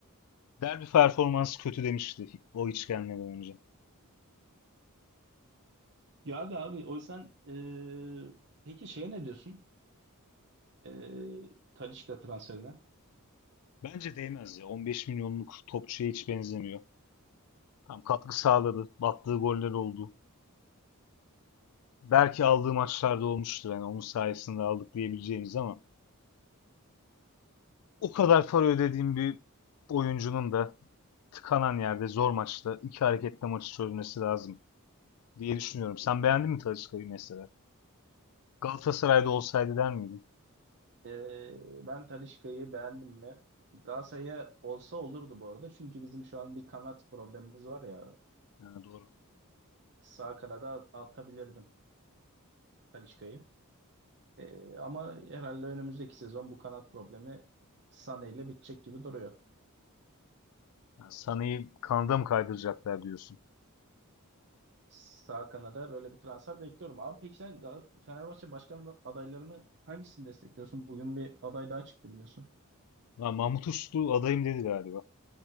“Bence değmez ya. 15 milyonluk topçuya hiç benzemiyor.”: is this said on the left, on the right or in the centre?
Left